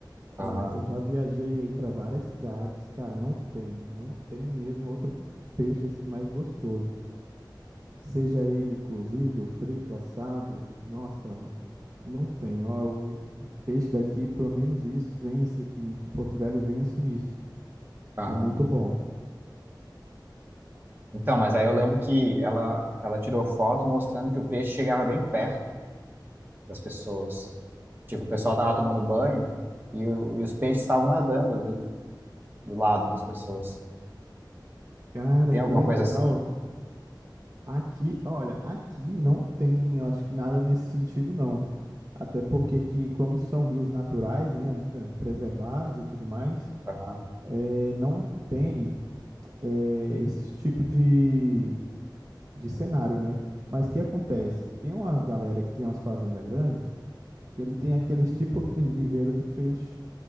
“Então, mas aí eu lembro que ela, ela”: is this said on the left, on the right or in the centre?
Right